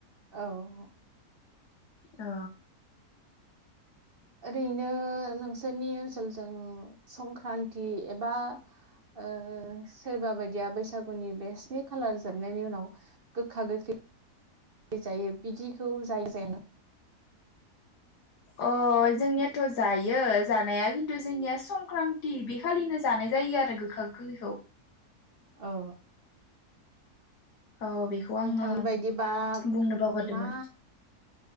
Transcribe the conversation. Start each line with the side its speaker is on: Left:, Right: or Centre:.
Right: औ
Left: अ
Right: ओरैनो नोंसोरनि ओनसोलजों संक्रान्ति एबा ओ सोरबा बायदिया बैसागुनि बे स्नि खालार जोबनायनि उनाव गोखा गोखै जायो बिदिखौ जाय जाय
Left: अ जोंनियाथ जायो जानाया खिन्थु जोंनिया संक्रान्ति बे खालिनो जानाय जायो आरो गोखा गोखैखौ
Right: औ
Left: औ बेखौ आङो
Right: नोंथांनि बायदिबा
Left: बुंनो बावगारदोंमोन
Right: मा